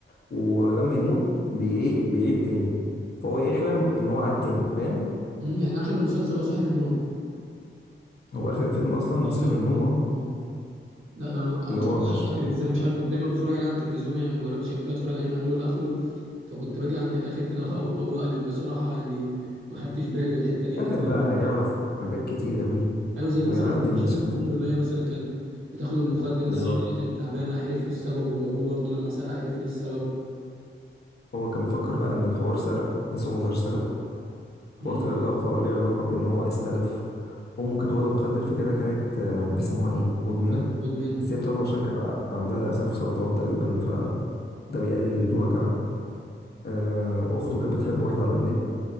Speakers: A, on the left (about 55°); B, on the right (about 80°).
A: ولما يموت بي ايه بيعيد تاني فهو يحلم ان هو عاد تاني فاهم
B: أمم، يعني اخر المسلسل هو صاحي من النوم
A: هو اخر الفيلم اصلا
B: قصدي
A: صحي
B: هو
A: من
B: الفيلم
A: النوم اهو
B: اه لا ده انا ما
A: اللي
B: ما اتفرجتش
A: هو مش
B: على الاخر ازاي مش عارف كنت دايما بتفرج عليه على التلفزيون يعني ما جربتش قبل كده اتفرج عليه من اوله لاخره فكنت باجي عند الاخر كده <laughs> و- و- واقلب بصراحه يعني ما خدتش بالي بالحته دي
A: اخر
B: انا كده
A: بقى هيعرف حاجات كتير قوي
B: ايوه زي مثلا
A: ويعدل
B: لما
A: من
B: شاف
A: سلوكه
B: امه اللي هي مثلا كانت بتاخد المخدر ده
A: بالظبط
B: عشان هي كانت تعبانه عرف ايه السبب وابوه برضه لما سرق عرف ليه السبب
A: هو كان مفكر بقى ان الحوار سرق بس هو ما طلعش سرق الحوار
B: مم.
A: طلع علاقه ليه علاقه بان هو استلف امه كانت واخده مخدر فكده كانت آه، بيسموها ايه مدمنه
B: مد- مدمنه
A: بس هي بتاخده عشان كان عندها للاسف سرطان تقريبا فده بيقلل الوجع آه، اخته كانت بتحب واحد على النت